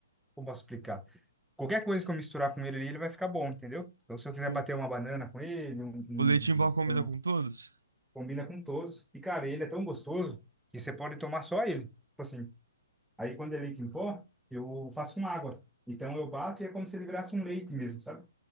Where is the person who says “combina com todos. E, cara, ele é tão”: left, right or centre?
Centre